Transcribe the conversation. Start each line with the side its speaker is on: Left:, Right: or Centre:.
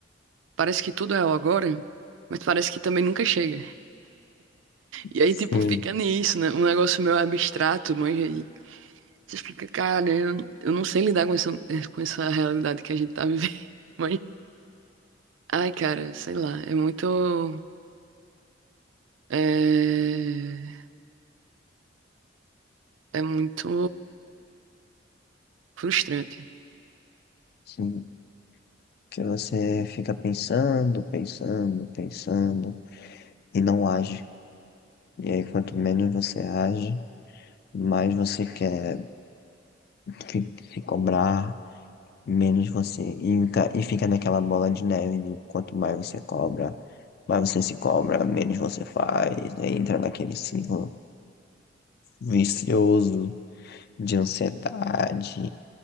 Right: parece que tudo é o agora, mas parece que também nunca chega. E aí,
Left: Sim.
Right: tipo, fica nisso, né? Um negócio meio abstrato, mas aí você fica, cara, eu, eu não sei lidar com essa, com essa realidade que a gente tá vivendo. <laughs> Mas, ai, cara, sei lá, é muito. É, é muito frustrante.
Left: Sim. Que você fica pensando, pensando, pensando e não age. E aí, quanto menos você age, mais você quer fi- se cobrar, menos você. E, fica- e fica naquela bola de neve de quanto mais você cobra, mais você se cobra, menos você faz. Aí entra naquele ciclo vicioso de ansiedade,